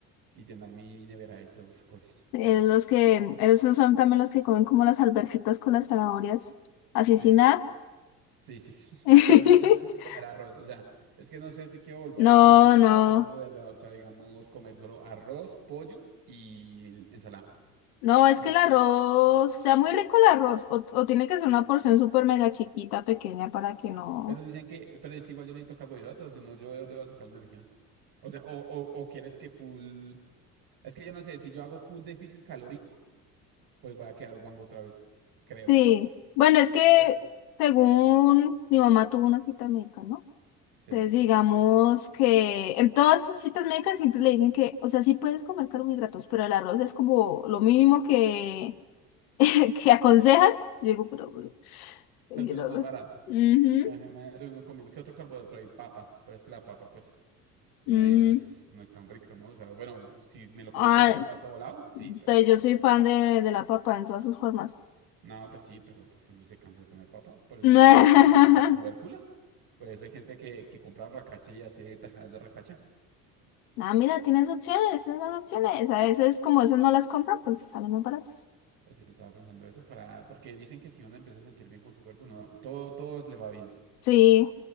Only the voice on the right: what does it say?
y llenar mi nevera de esas cosas.
Bueno,
pues.
Sí,
Sí, sí, sí, <laughs>
pero no, yo no sé si comer arroz, o sea, es que no sé si quiero volverme
un gym
rat o no de verdad, o sea, digamos, comer solo arroz, pollo y ensalada.
Y
de-
Pero dicen que, pero es que igual yo necesito carbohidratos, si no yo debo debo sacar la energía. O sea, o, o, o quieres que full, es que yo no sé, si yo hago full déficit calórico, pues voy a quedar guango otra vez, creo.
Creo.
Sí,
pero
es
que es
lo más barato.
Imagínate uno comiendo, ¿qué otro carbohidrato hay? Papa, pero es que la papa, pues. no
es, no es tan rico, ¿no? O sea, bueno, si me lo come
puré de papa a todo lado, sí,
pero pues,
no, pues sí, pero pues uno se cansa de comer papa. Por eso,
por eso existen tantos tubérculos. Por eso hay gente que, que compra racacha y hace tajadas de racacha.
Pues sí, estaba pensando eso para, porque dicen que si uno empieza a sentir bien con su cuerpo, uno, todo, todo le va bien.